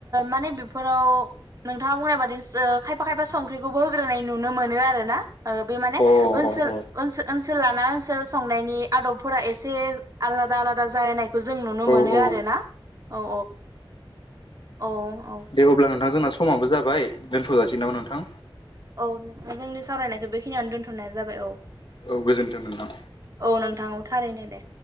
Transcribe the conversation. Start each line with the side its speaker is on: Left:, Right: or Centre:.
Right: माने बेफोराव नोंथाङा बुंनाय बादि खायफा खायफा संख्रिखौबो होग्रोनाय नुनो मोनो आर ना बे माने
Left: अ
Right: ओनसोल
Left: अ अ
Right: ओनसोल लाना ओनसोल संनायनि आदबफोरा एसे आलादा आलादा जालायनायखौ जों नुनो
Left: औ
Right: मोनो
Left: औ
Right: आरो ना औ औ औ
Left: दे अब्ला नोंथां जोंना समाबो जाबाय दोनथ'जासिगोन नामा नोंथां
Right: औ नोंथा जोंनि सावरायनायखौ बेखिनियावनो दोनथ'नाय जाबाय औ
Left: औ गोजोन्थों नोंथां
Right: औ नोंथां औ थारैनो दे